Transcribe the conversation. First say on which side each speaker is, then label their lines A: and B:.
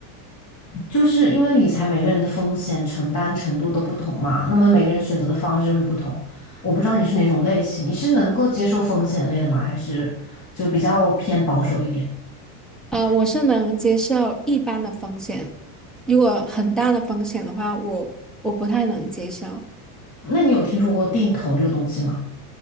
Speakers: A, on the left; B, in the centre.
A: <laughs> 就是因为理财每个人的风险承担程度都不同嘛，那么每个人选择的方式就会不同。我不知道你是哪种类型，你是能够接受风险类的吗？还是就比较偏保守一点？
B: 呃，我是能接受一般的风险，如果很大的风险的话，我我不太能接受。
A: 那你有听说过定投这个东西吗？